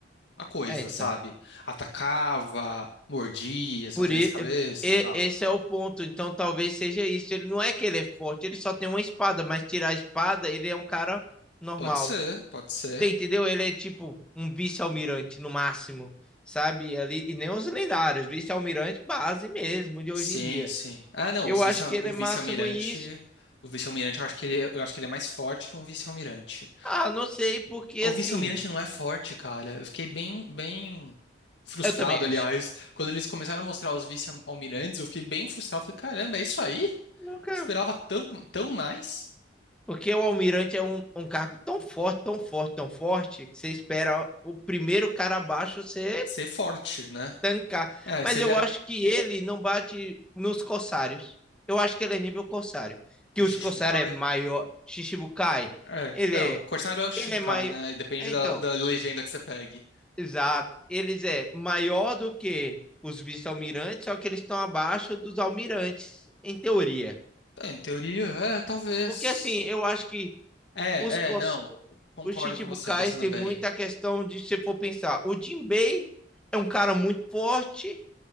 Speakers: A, on the left; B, in the centre.
A: a coisa,
B: é, então.
A: sabe? Atacava, mordia, são
B: Por
A: três
B: i-
A: cabeças
B: é, e-
A: e tal.
B: esse é o ponto. Então, talvez seja isso. Ele não é que ele é forte, ele só tem uma espada, mas tirar a espada, ele é um cara normal.
A: Pode ser, pode ser.
B: Você entendeu? Ele é tipo um vice-almirante no máximo, sabe? Ali, e nem os lendários, vice-almirante base mesmo de hoje
A: Sim,
B: em dia.
A: sim. Ah, não,
B: Eu
A: os vice,
B: acho que ele
A: o
B: é
A: vice-almirante,
B: máximo isso.
A: o vice-almirante eu acho que ele, é, eu acho que ele é mais forte que um vice-almirante.
B: Ah, não sei, porque
A: Ah,
B: assim,
A: O vice-almirante não é forte, cara. Eu fiquei bem, bem frustrado,
B: eu também
A: aliás.
B: acho.
A: Quando eles começaram a mostrar os vice-almirantes, eu fiquei bem frustrado. Falei, caramba, é isso aí?
B: Nunca.
A: Esperava tão, tão mais
B: Porque o almirante é um, um cargo tão forte, tão forte, tão forte, que você espera o primeiro cara abaixo você
A: ser forte, né?
B: tancar.
A: É, aí
B: Mas
A: você
B: eu
A: vê. a-
B: acho que ele não bate nos corsários. Eu acho que ele é nível corsário. Que
A: Do
B: os
A: Shichibukai?
B: corsários é maior. Shichibukai,
A: É,
B: ele
A: é, o Corsário é o Shichibukai,
B: Ele é maior.
A: né? E Depende
B: Então,
A: da, da legenda que você pegue.
B: exato. Eles é maior do que os vice-almirantes, só que eles estão abaixo dos almirantes, em teoria.
A: É, em teoria, é, talvez.
B: Porque assim, eu acho que
A: É,
B: os, cos-
A: é, não. Concordo
B: os Chichibukais
A: com você, pensando
B: têm
A: bem.
B: muita questão de se for pensar. O Jinbei é um cara muito forte,